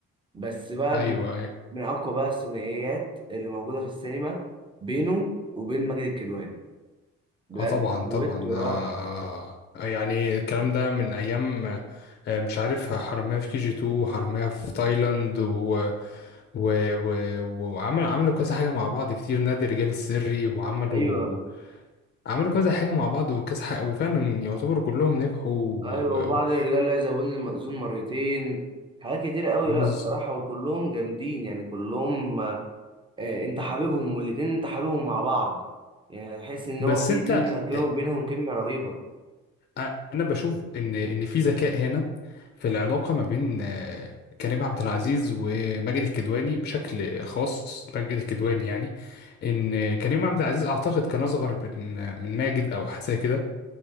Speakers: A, on the right; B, on the left.
A: بس بقى
B: ايوه
A: من
B: ايوه
A: من اقوى بقى الثنائيات اللي موجوده في السينما بينه وبين ماجد الكدواني بجد
B: اه طبعا
A: دويتو
B: طبعا ده
A: رائع
B: آه، يعني الكلام ده من ايام آه، مش عارف حرامية في كي جي 2 وحرامية في تايلاند و... و... و... وعمل عملوا كذا حاجة مع بعض كتير نادي الرجال السري وعملوا
A: ايوه
B: عملوا كذا حاجة مع بعض وكذا حاجة وفعلا يعتبروا كلهم نجحوا و... و...
A: ايوه وبعض
B: و...
A: الرجال لا يزوون المأذون مرتين حاجات كتير قوي
B: بس...
A: لا بصراحة وكلهم جامدين يعني كلهم آه، انت حبيبهم والاتنين انت حبيبهم مع بعض يعني هتحس ان
B: بس
A: هو في
B: انت
A: بينهم
B: اه،
A: بينهم كيميا رهيبة
B: اه، انا بشوف ان ان في ذكاء هنا في العلاقة ما بين اه، كريم عبد العزيز وماجد الكدواني بشكل خاص ماجد الكدواني يعني ان كريم عبد العزيز اعتقد كان اصغر من من ماجد او حاجة زي كده